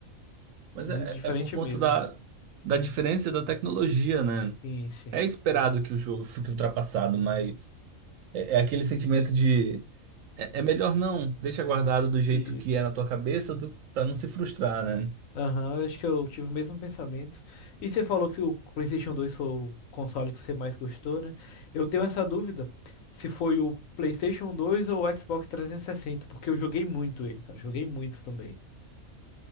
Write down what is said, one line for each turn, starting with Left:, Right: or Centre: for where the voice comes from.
Right: Mas
Left: Muito
Right: é,
Left: diferente
Right: é é por conta
Left: mesmo.
Right: da, da diferença da tecnologia, né?
Left: Sim, sim.
Right: É esperado que o jogo fique ultrapassado, mas é é aquele sentimento de É, é melhor não, deixa guardado do jeito
Left: Isso.
Right: que é na tua cabeça, do, pra não se frustrar, né?
Left: Aham, eu acho que eu tive o mesmo pensamento. E você falou que o PlayStation dois foi o console que você mais gostou, né? Eu tenho essa dúvida se foi o PlayStation dois ou o Xbox 360, porque eu joguei muito ele, cara. Joguei muito também.